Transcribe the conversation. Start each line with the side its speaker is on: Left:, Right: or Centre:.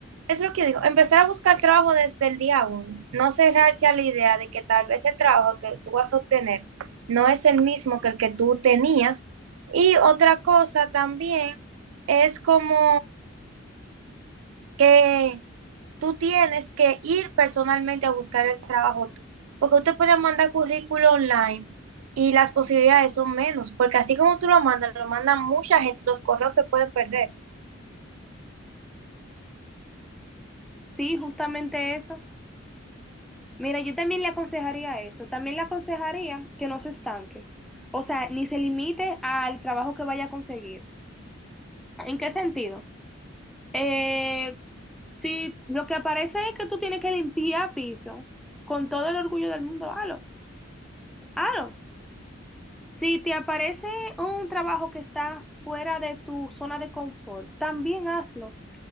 Right: Es lo que yo digo, empezar a buscar trabajo desde el día uno, no cerrarse a la idea de que tal vez el trabajo que tú vas a obtener no es el mismo que el que tú tenías. Y otra cosa también es como que tú tienes que ir personalmente a buscar el trabajo tú, porque usted puede mandar currículo online y las posibilidades son menos, porque así como tú lo mandas, lo mandan mucha gente, los correos se pueden perder.
Centre: Sí, justamente eso. Mira, yo también le aconsejaría eso. También le aconsejaría que no se estanque. O sea, ni se limite al trabajo que vaya a conseguir. ¿En qué sentido? Eh, sí, lo que aparece es que tú tienes que limpiar piso con todo el orgullo del mundo, halo, halo. Si te aparece un trabajo que está fuera de tu zona de confort, también hazlo.